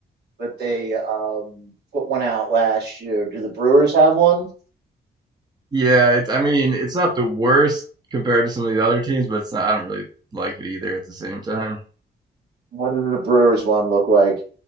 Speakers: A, on the right; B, on the right.
A: but they um put one out last year. Do the Brewers have one?
B: Yeah, it's, I mean, it's not the worst compared to some of the other teams, but it's not, I don't really like it either at the same time.
A: What does the Brewers one look like?